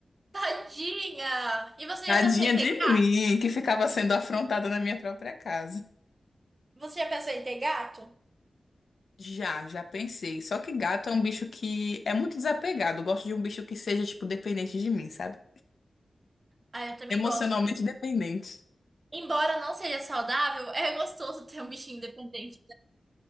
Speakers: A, on the right; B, on the left.
A: Tadinha! E você
B: Tadinha
A: já pensou em
B: de
A: ter gato?
B: mim, que ficava sendo afrontada na minha própria casa.
A: Você já pensou em ter gato?
B: Já, já pensei. Só que gato é um bicho que é muito desapegado. Eu gosto de um bicho que seja, tipo, dependente de mim, sabe?
A: Ah, eu também
B: Emocionalmente
A: gosto. Em-
B: dependente.
A: Embora não seja saudável, é gostoso ter um bichinho independente.